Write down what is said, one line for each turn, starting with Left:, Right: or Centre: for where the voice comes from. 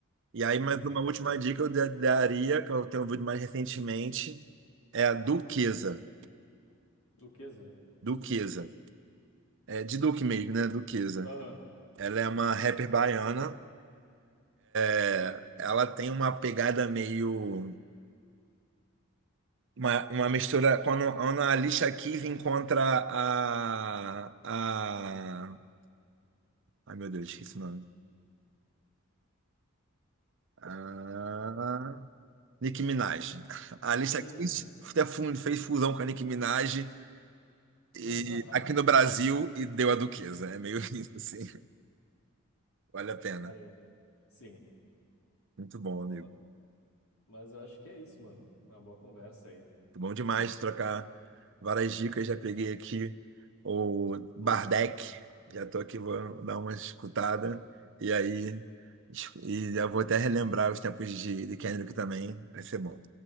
Right: E aí,
Left: Mas
Right: mais uma última
Left: é,
Right: dica eu da- daria, que eu tenho ouvido mais recentemente, é a Duquesa.
Left: Duquesa?
Right: Duquesa. É de Duque mesmo, né? Duquesa.
Left: Aham.
Right: Ela é uma rapper baiana. é, Ela tem uma pegada meio. Uma, uma mistura. Quando, quando a Alicia Keys encontra a. a ai, meu Deus, esqueci o nome. A. Nicki Minaj. A Alicia
Left: Uhum.
Right: Keys até fun- fez fusão com a Nicki Minaj E
Left: <laughs>
Right: aqui no Brasil, e deu a Duquesa. É meio <laughs> isso, assim. Vale a pena.
Left: Cara, sim.
Right: Muito bom, amigo.
Left: Bom, mano. Mas eu acho que é isso, mano. Uma boa conversa aí.
Right: Muito bom demais trocar várias dicas. Já peguei aqui o Bardec. Já tô aqui, vou dar uma escutada. E aí, es- e eu vou até relembrar os tempos de, de Kendrick também. Vai ser bom.